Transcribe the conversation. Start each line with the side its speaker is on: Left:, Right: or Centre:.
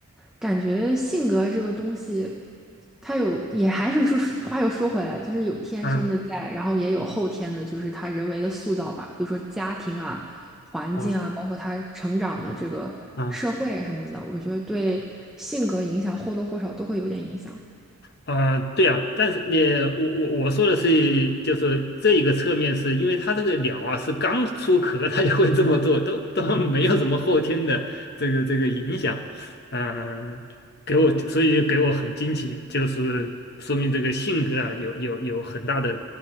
Centre: 感觉性格这个东西，它有也还是就是话又说回来，就是有天生的在，
Left: 啊
Centre: 然后也有后天的，就是他人为的塑造吧，比如说家庭啊、环境啊，
Left: 啊
Centre: 包括他成长的这个社会什么的，
Left: 啊！
Centre: 我觉得对性格影响或多或少都会有点影响
Left: 啊、对啊，但是你我我我说的是，就是这一个侧面是，因为它这个鸟啊是刚出壳，它就会这么做，都都没有什么后天的这个这个影响，嗯、给我所以给我很惊奇，就是说明这个性格啊有有有很大的